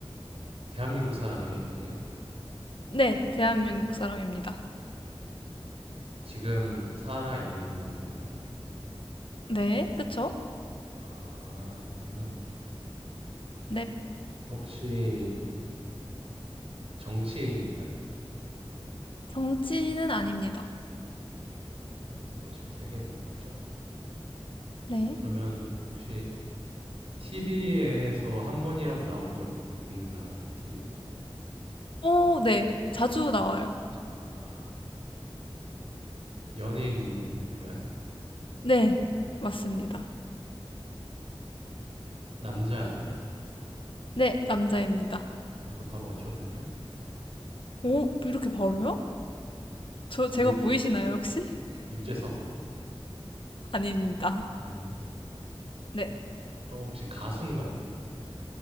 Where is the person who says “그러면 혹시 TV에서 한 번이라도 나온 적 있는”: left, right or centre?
Right